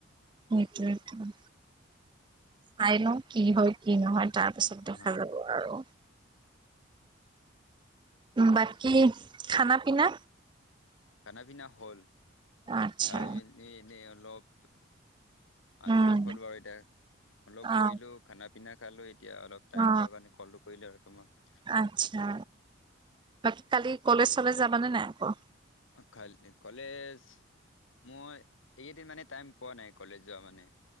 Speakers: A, on the right; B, on the left.
A: উম, উম, উম, চাই লওঁ, কি হয় কি নহয় তাৰপিছত
B: অ
A: দেখা যাব আৰু। বাকী, খানা পিনা?
B: খানা পিনা হ'ল,
A: আচ্ছা
B: খাই মেল এই, এনেই অলপ আজৰি
A: উম
B: হ'ল বাৰু এতিয়া। অলপ ফুৰিলো,
A: অ
B: খানা-পিনা খালোঁ, এতিয়া অলপ টাইম
A: অ
B: পোৱা কাৰণে, কলটো কৰিলোঁ আৰু তোমাক।
A: আচ্ছা, বাকী কালি কলেজ চলেজ যাবানে নাই আকৌ?
B: কাইলে কলেজ মই এইকেইদিন মানে টাইম পোৱা নাই কলেজ যোৱা মানে,